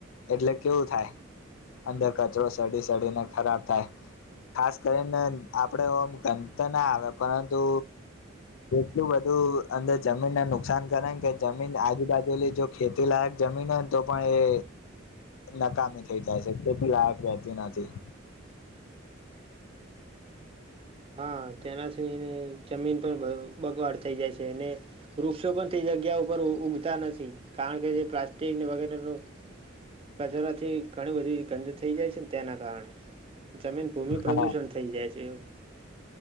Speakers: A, on the left; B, on the right.
A: એટલે કેવું થાય અંદર કચરો સડી સડીને ખરાબ થાય ખાસ કરીને આપડે ઓમ ગંધ તો ના આવે પરંતુ એટલું બધું અંદર જમીનને નુકસાન કરે કે જમીન આજુબાજુની જો ખેતી લયક જમીન હોયને તો પણ એ નકામી થઈ જાય છે ખેતી લાયક રહેતી નથી
B: હા તેનાથી એને જમીન પણ બગવાડ થઈ જાય છે અનેને વૃક્ષો પણ તે જગ્યા ઉપર ઉઊગતા નથી કારણ કે જે પ્લાસ્ટિક વગેરેનું કચરોથી ઘણી બધી ગંધ થઈ જાય છે ને તેના કારણે જમીન ભૂમિ
A: હા
B: પ્રદુષણ થઈ જાય છે એવું